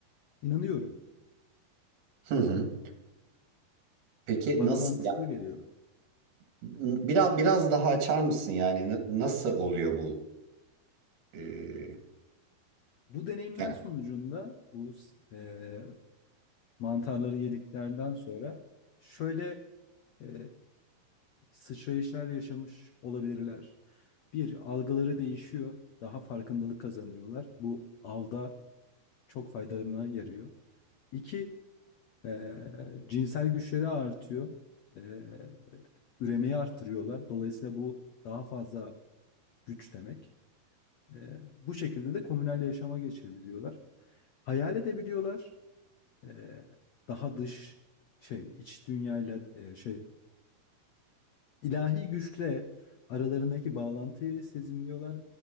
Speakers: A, on the left; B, on the right.
A: inanıyorum.
B: hı hı. Peki
A: Bana
B: nasıl
A: mantıklı
B: ya
A: geliyor.
B: biraz biraz daha açar mısın yani N- nasıl oluyor bu? Ee,
A: Bu deneyimler
B: ya
A: sonucunda bu e, mantarları yediklerden sonra şöyle e, sıçrayışlar yaşamış olabilirler. Bir, algıları değişiyor. Daha farkındalık kazanıyorlar. Bu avda çok faydalarına yarıyor. İki, Ee, cinsel güçleri artıyor. Ee, üremeyi arttırıyorlar. Dolayısıyla bu daha fazla güç demek. Ee, bu şekilde de komünel yaşama geçebiliyorlar. Hayal edebiliyorlar. Ee, daha dış şey iç dünyayla e, şey İlahi güçle aralarındaki bağlantıyı sezimliyorlar.